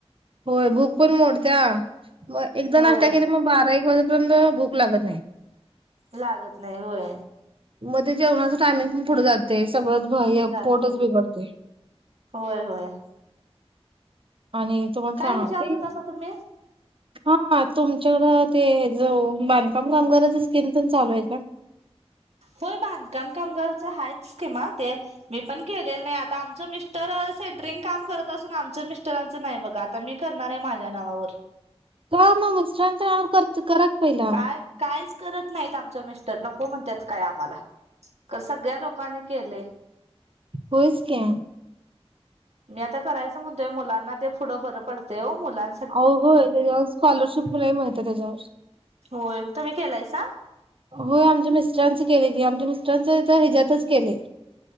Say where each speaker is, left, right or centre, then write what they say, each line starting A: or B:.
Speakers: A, on the right (about 55°); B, on the right (about 80°).
A: होय, भूक पण मोडत्या. मग एकदा
B: होय
A: नाश्त्या केल्यावर, मग बारा एक वाजेपर्यंत भूक लागत नाही.
B: लागत नाही, होय.
A: मग ते जेवणाचं टायमिंग पण पुढ जातय, सग
B: जाते
A: पोटच बिघडतय,
B: होय होय
A: आणि तुम्हाला
B: काय
A: सांगा
B: विचारत
A: ते
B: होतासा तुम्ही?
A: हा, म तुमच्याकडं ते ज बांधकाम कामगाराच्या स्कीम तेन चालू आहे काय?
B: होय, ब बांधकाम कामगारच आहेच स्कीमा, ते मी पण केलं नाही, आता आमच मि टर, सेंटरिंग काम करत असून आमचं मिस्टरांचं नाही बघा, आता मी करणार आहे माझ्या नावावर.
A: का मग, मिस्टरांच्या नावावर करा की पहिला.
B: काय कायच करत नाहीत आमचा मिस्टर, नको म्हणत्यात काय आम्हाला, तर सगळ्या लोकांनी केले.
A: होईच की.
B: ते आता करायच म्हणतोय मुलांना ते पुढं बरं पडतय ओ मुलां
A: अ होय त्याच्यावर स्कॉलरशिप लय मिळते त्याच्यावर.
B: होय तुम्ही केलायसा?
A: होय आमच्या मिस्टरांचं केले की आमच्या मिस्टरांच तर ह्याच्यातच केले.